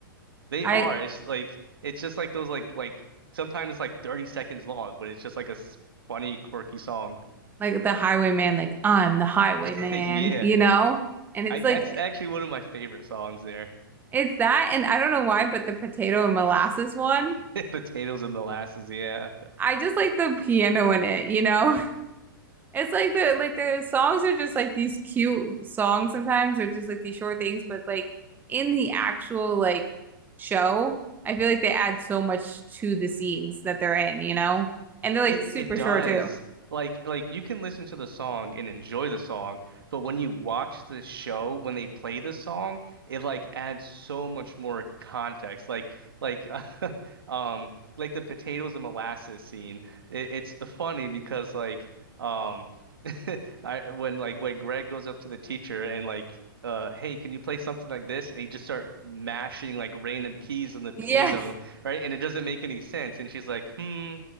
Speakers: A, on the right (about 85°); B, on the right (about 15°).
A: They
B: I
A: are. It's like it's just like those like like sometimes it's like 30 seconds long, but it's just like a s- funny, quirky song.
B: like the Highwayman, like I'm the Highwayman,
A: <laughs> Yeah,
B: you know? And
A: I
B: it's
A: that's
B: like
A: actually one of my favorite songs there.
B: It's that, and I don't know why, but the potato and molasses one,
A: <laughs> Potatoes and molasses, yeah.
B: I just like the piano in it, you know? <laughs> It's like the like the songs are just like these cute songs sometimes, or just like these short things, but like in the actual like show, I feel like they add so much to the scenes that they're in, you know? And they're like
A: It
B: super
A: it does.
B: short too.
A: Like like you can listen to the song and enjoy the song, but when you watch the show, when they play the song, it like adds so much more context. Like like <laughs> um like the potatoes and molasses scene. It, it's funny because like um <laughs> I when like when Greg goes up to the teacher and like uh hey can you play something like this and he just start mashing like random keys on the piano
B: Yeah. <laughs>
A: right and it doesn't make any sense and she's like hmm